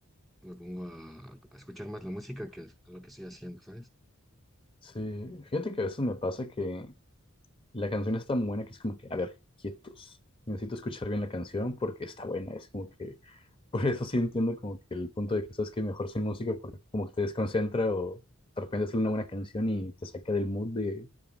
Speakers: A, in the centre; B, on the left.
A: me pongo a, a escuchar más la música que a lo que estoy haciendo, ¿sabes?
B: Sí, fíjate que a veces me pasa que la canción es tan buena que es como que, a ver, quietos. Necesito escuchar bien la canción porque está buena, es como que Por eso sí entiendo como que el punto de que sabes que mejor sin música porque como que te desconcentra o de repente sale una buena canción y te saca del mood de